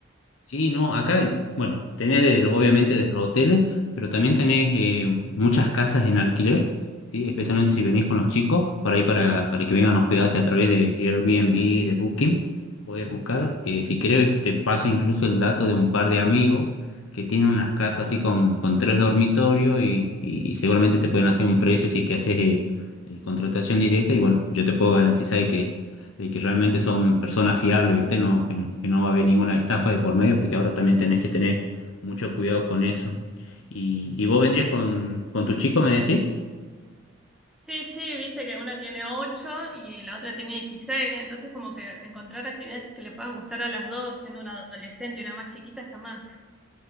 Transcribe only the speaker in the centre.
Sí, sí, viste que una tiene 8 y la otra tiene 16, entonces como que encontrar actividades que le puedan gustar a las dos, siendo una adolescente y una más chiquita, está más.